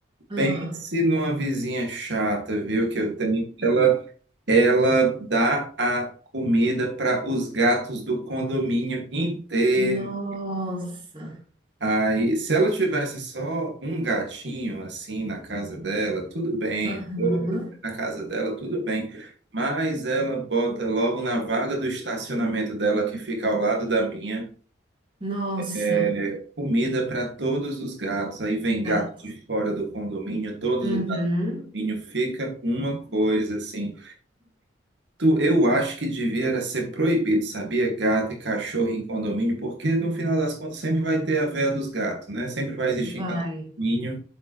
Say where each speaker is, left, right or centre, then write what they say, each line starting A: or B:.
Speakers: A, on the right (about 25°); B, on the right (about 65°).
A: Ah,
B: Pense numa vizinha chata, viu, que eu tenho. Ela, ela dá a comida para os gatos do condomínio inteiro.
A: nossa.
B: Aí, se ela tivesse só um gatinho assim na casa dela, tudo bem.
A: Aham.
B: dois Na casa dela, tudo bem. Mas ela bota logo na vaga do estacionamento dela, que fica ao lado da minha.
A: Nossa.
B: É, comida para todos os gatos. Aí vem
A: Tá.
B: gato de fora do condomínio, todos
A: Uhum.
B: os gatos do condomínio fica uma coisa assim. Tu, eu acho que devia era ser proibido, sabia? Gato e cachorro em condomínio, porque no final das contas sempre vai ter a veia dos gatos, né? Sempre vai existir
A: Vai.
B: em cada condomínio